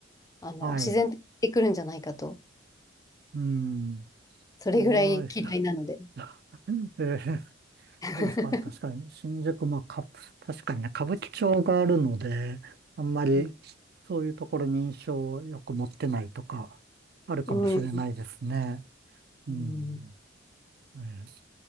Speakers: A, on the left (about 15°); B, on the right (about 50°).
A: あの、
B: はい。
A: 自然と行ってくるんじゃないかと
B: うん。
A: それぐらい嫌いなので。
B: そう、<laughs> えー
A: <laughs>
B: そうですか。確かに、新宿、まあ、か、確かにね、歌舞伎町があるので、あんまり
A: う
B: そういうところに印象をよく持ってないとか、あるかもしれないですね。
A: ん。
B: うん。
A: うん
B: えー